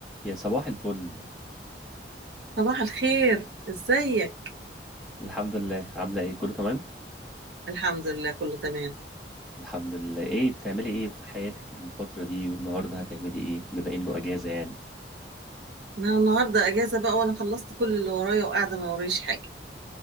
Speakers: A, in the centre; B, on the right.
A: يا صباح الفل
B: صباح الخير ازيك
A: الحمد لله عاملة ايه كله تمام
B: الحمد لله كله تمام
A: الحمد لله ايه بتعملي ايه في حياتك الفترة دي والنهاردة هتعملي ايه بما انه اجازة يعني
B: انا النهارده اجازه بقى وانا خلصت كل اللي ورايا وقاعده ما وريش حاجه